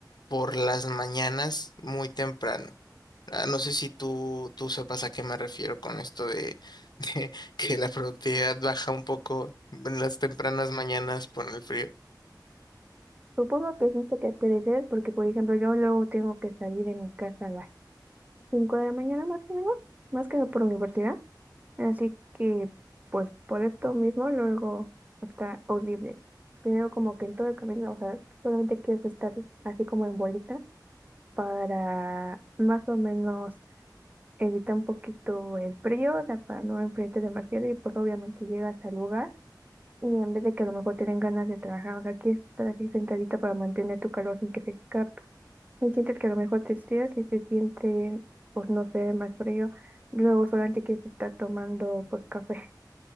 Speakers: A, on the left; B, on the right.
A: por las mañanas muy temprano. Ah, No sé si tú, tú sepas a qué me refiero con esto de, <laughs> de que la productividad baja un poco en las tempranas mañanas por el frío.
B: Supongo que siento que te refieres porque, por ejemplo, yo luego tengo que salir de mi casa a las 5 de la mañana más o menos, más que nada por universidad, así que, pues, por esto mismo luego está horrible. Primero como que en todo el camino, o sea, solamente quieres estar así como en bolita para más o menos evita un poquito el frío, o sea, para no enfriarte demasiado y pues obviamente llegas al lugar y en vez de que a lo mejor te den ganas de trabajar, o sea, aquí estar así sentadita para mantener tu calor sin que se escape. Y sientes que a lo mejor te estiras y se siente, pues no sé, más frío. Luego solamente quieres estar tomando pues café.